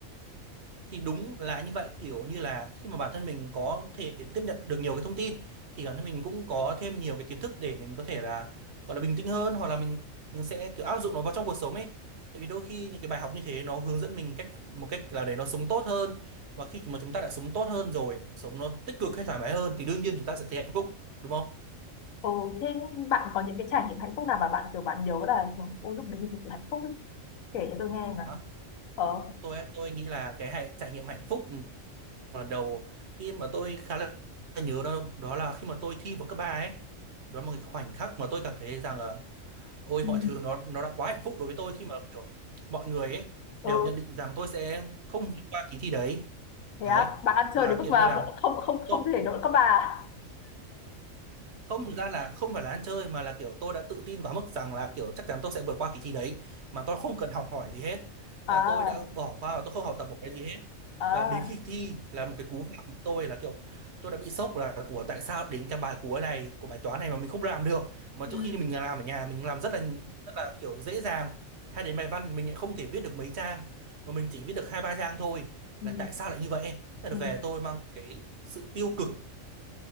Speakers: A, on the right (about 55°); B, on the left (about 80°).
A: thì đúng là như vậy kiểu như là khi mà bản thân mình có thể tiếp nhận được nhiều cái thông tin thì bản thân mình cũng có thêm nhiều cái kiến thức để mình có thể là gọi là bình tĩnh hơn hoặc là mình sẽ kiểu áp dụng nó vào trong cuộc sống ấy tại vì đôi khi những cái bài học như thế nó hướng dẫn mình cách một cách là để nó sống tốt hơn và khi mà chúng ta đã sống tốt hơn rồi sống nó tích cực hay thoải mái hơn thì đương nhiên chúng ta sẽ thấy hạnh phúc đúng không
B: ừ, thế bạn có những cái trải nghiệm hạnh phúc nào mà bạn kiểu bạn nhớ là kiểu, ôi lúc đấy mình thực sự hạnh phúc ấy kể cho tôi nghe
A: thì
B: mà
A: đó
B: ờ
A: tôi tôi nghĩ là cái hạnh trải nghiệm hạnh phúc ừ, mà đầu tiên mà tôi khá là nhớ đó đó là khi mà tôi thi vào cấp 3 ấy đó là một cái khoảnh khắc mà tôi cảm thấy rằng là ôi
B: Ừ.
A: mọi thứ nó nó đã quá hạnh phúc đối với tôi khi mà kiểu mọi người ấy đều
B: ừ
A: nhận định rằng tôi sẽ không vượt qua kỳ thi đấy đấy
B: thế á bạn ăn
A: và
B: chơi đến mức
A: kiểu
B: mà
A: như là
B: không không
A: tôi
B: không thể đỡ các bà
A: không thực ra là không phải là ăn chơi mà là kiểu tôi đã tự tin quá mức rằng là kiểu chắc chắn tôi sẽ vượt qua kỳ thi đấy mà tôi không cần học hỏi gì hết
B: à
A: là tôi đã bỏ qua và tôi không học tập một cái gì hết
B: à
A: và đến khi thi là một cái cú vả của tôi là kiểu tôi đã bị sốc là của tại sao đến cái bài cuối này của bài toán này mà mình không làm được mà
B: Ừ.
A: trước khi mình làm ở nhà mình làm rất là rất là kiểu dễ dàng hay đến bài văn mình lại không thể viết được mấy trang mà mình chỉ viết được hai ba trang thôi
B: ừ.
A: là tại sao lại như vậy thế là
B: ừ.
A: về tôi mang một cái sự tiêu cực